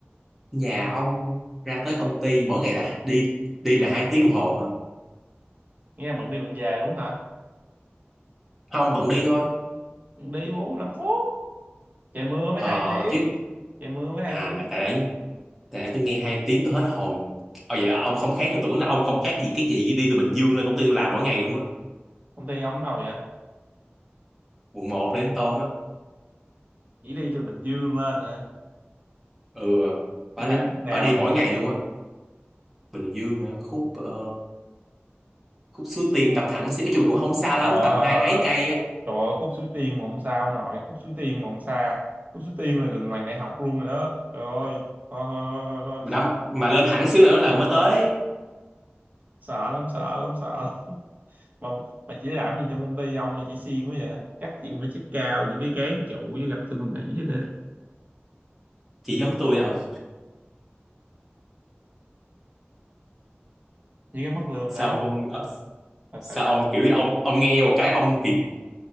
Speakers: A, in the centre; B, on the right (about 40°).
A: nhà ông ra tới công ty mỗi ngày là đi đi là hai tiếng đồng hồ hả
B: nghe bận đi bận về đúng hả
A: không bận đi thôi
B: đi bốn lăm phút trời mưa mới
A: ờ
B: hai tiếng
A: chứ
B: trời mưa mới hai
A: à
B: tiếng
A: là tại đấy tại nãy tôi nghe hai tiếng tôi hết hồn ồ vậy à, ông không khác tôi tưởng là ông không khác gì cái chị kia đi từ Bình Dương lên công ty tôi làm mỗi ngày luôn á
B: công ty ông ở đâu vậy
A: quận một đến Tôm á
B: chỉ đi từ Bình Dương lên hả
A: ừ bà
B: Bình
A: là
B: Dương nào
A: bà đi mỗi ngày luôn á Bình Dương hả? khúc ờ, khúc Suối Tiên tầm thẳng xíu nói chung là cũng không xa lắm
B: Ờ, thôi
A: tầm hai
B: thôi
A: mấy
B: thôi
A: cây á
B: Trời ơi, Khúc Suối Tiên mà không xa ông nội, Khúc Suối Tiên mà không xa. Khúc Suối Tiên là gần làng đại học luôn rồi đó. Trời ơi, thôi thôi thôi, thôi, thôi.
A: mà
B: Sợ,
A: đâm
B: sợ,
A: mà lên
B: lắm,
A: thẳng xíu nữa là mới tới
B: sợ lắm, sợ lắm, sợ lắm. Mà, mà chỉ làm gì trong công ty ông mà chỉ siêng quá vậy? Chắc chị cũng phải chức cao, chỉ biết gán trụ với gặp tôi nghỉ vậy đó.
A: chị giống tôi không
B: Với cái mức lương
A: sao
B: đó,
A: không ờ,
B: thật
A: sao
B: sự luôn.
A: ông kiểu ông ông nghe một cái ông bị